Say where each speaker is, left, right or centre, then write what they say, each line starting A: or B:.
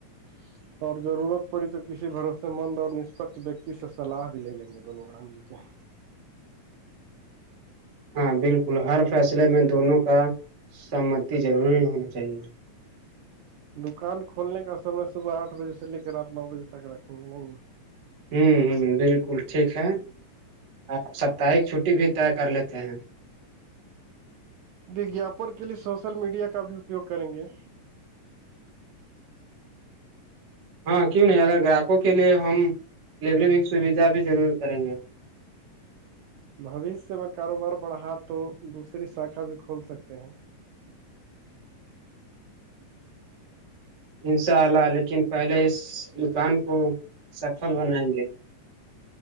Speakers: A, on the right; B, on the right.
A: <inaudible> اور ضرورت پڑی تو کسی بھروسے مند اور نسپکھ ویکتی سے سلاح بھی لے لیں گے دونوں گ آ مل کے <inaudible>
B: ہاں بالکل ہر فیصلے میں دونوں کا سہمتی ضروری ہونا چاہیے
A: دکان کھولنے کا سمے صبح آٹھ بجے سے لے کے رات نو بجے تک رکھیں گے نہیں
B: ہوں ہ بالکل ٹھیک ہے آپ ساپتہک چھٹی بھی طے کر لیتے ہیں
A: وگیااپن کے لیے سوشل میڈیا کا بھی اپیوگ کریں گے
B: ہاں کیوں نہیں اگر گراہکوں کے لیے ہم ڈلیوری سویدھا بھی ضرور کریں گے
A: بھوشیہ میں کاروبار بڑھا تو دوسری شاھا بھی کھول سکتے ہیں
B: انشاء اللہ لیکن پہلے اس دکان کو سفل بنائیں گے